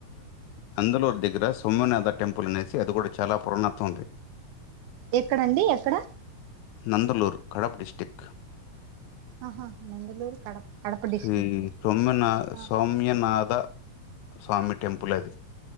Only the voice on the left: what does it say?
అందులూరు దగ్గర సోమనాథ టెంపుల్ అనేసి అది కూడా చాలా పురాణత ఉంది
నందలూర్ కడప డిస్టిక్
శ్రీ సొమ్మెనా-సౌమ్యనాథ
స్వామి టెంపుల్ అది